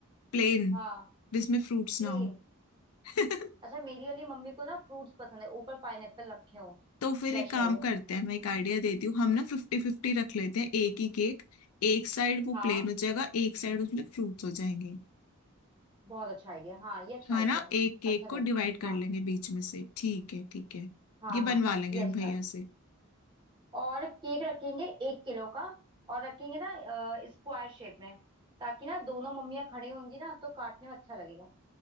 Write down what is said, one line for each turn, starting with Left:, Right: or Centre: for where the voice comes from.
Left: प्लेन
Right: हाँ
Left: जिसमें फ्रूट्स
Right: प्लेन
Left: ना हो <laughs>
Right: अच्छा मेरी वाली मम्मी को ना फ्रूट्स पसंद है ऊपर पाइनएप्पल रखे हो
Left: तो फिर
Right: फ्रेश
Left: एक काम
Right: वाले
Left: करते हैं मैं एक आइडिया देती हूँ हम ना फिफ्टी फिफ्टी रख लेते हैं एक ही केक एक साइड वो
Right: हाँ
Left: प्लेन हो जाएगा एक साइड उसमें फ्रूट्स हो जाएंगे
Right: बहुत अच्छा आइडिया हाँ ये अच्छा
Left: हाँ
Right: आइडिया
Left: ना
Right: है
Left: एक केक
Right: अच्छा रहेगा
Left: को डिवाइड कर
Right: हाँ
Left: लेंगे बीच में से ठीक है ठीक है
Right: हाँ
Left: ये बनवा
Right: हाँ
Left: लेंगे
Right: ये अच्छा
Left: उन भैया
Right: है
Left: से
Right: और केक रखेंगे एक किलो का और रखेंगे ना स्क्वायर शेप में ताकि ना दोनों मम्मियाँ खड़ी होंगी ना तो काटने में अच्छा लगेगा